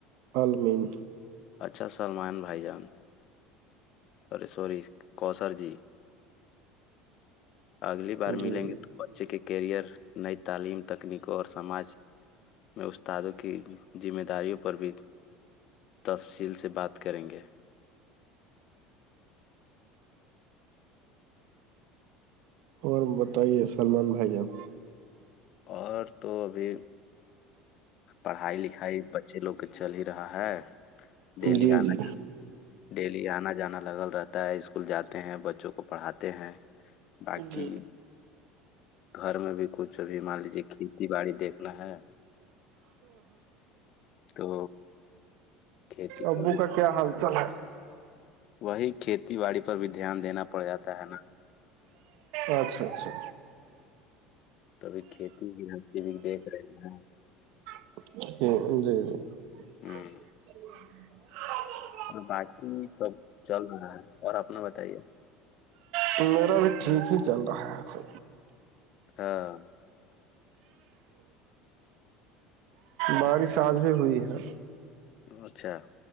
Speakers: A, on the right; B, on the left.
A: المین
B: اچھا سلمان بھائی جان سے سوری کوسر جی اگلی بار
A: جی
B: ملیں گے تو بچے کے کیریئر نئی تعلیم تکنیک اور سماج میں استادوں کی ذمہ داریوں پر بھی تفصیل سے بات کریں گے
A: اور بتائیے سلمان بھائی جان
B: اور تو ابھی پڑھائی لکھائی بچے لوگ کے چل ہی رہا ہے ڈیلی
A: جی
B: آنا
A: جی
B: جانا ڈیلی آنا جانا لگل رہتا ہے اسکول جاتے ہیں بچوں کو پڑھاتے ہیں باقی
A: جی
B: گھر میں بھی کچھ توب بھی مان لیجیے کھیتی باڑی دیکنا ہے تو کھیتی
A: ابو
B: پر بھی
A: کا کیا حال چال ہے
B: وہی کھیتی باڑی پر بھی دھیان دینا پڑ جاتا ہے نا
A: اچھا اچھا
B: توبھی کھیتی بھی ہستی بھی دیکھ رہے ہیں
A: جی
B: ہ
A: جی
B: اور باقی سب چل رہا ہے اور آپ نے بتائیے
A: تو میرا بھی ٹھیک ہی چل رہا ہے س
B: ہاں
A: بارش آج بھی ہوئی ہے
B: اچھا